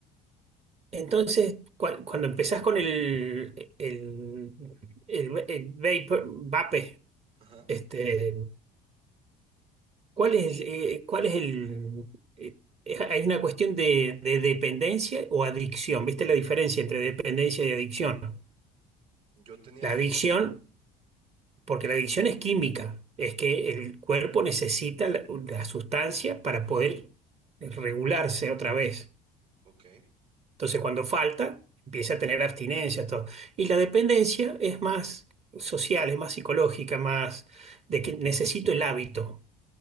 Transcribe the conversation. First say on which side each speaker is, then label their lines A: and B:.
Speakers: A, on the right; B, on the right.
A: Entonces, cua- cuando empezás con el, el, el, el, el vapor, vape,
B: Ajá.
A: Este, ¿cuál es, eh, cuál es el... eh, hay una cuestión de, de dependencia o adicción. ¿Viste la diferencia entre dependencia y adicción?
B: Yo tenía
A: La
B: adicción.
A: adicción, porque la adicción es química, es que el cuerpo necesita la, la sustancia para poder regularse otra vez.
B: Ok.
A: Entonces, cuando falta, empieza a tener abstinencia, todo. Y la dependencia es más social, es más psicológica, más de que necesito el hábito.